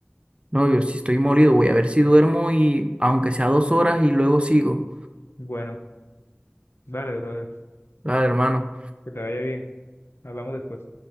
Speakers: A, on the right; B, on the left.
A: No, yo si estoy molido, voy a ver si duermo y aunque sea dos horas y luego sigo.
B: Bueno, dale, brother,
A: Claro, hermano.
B: que te vaya bien. Hablamos después.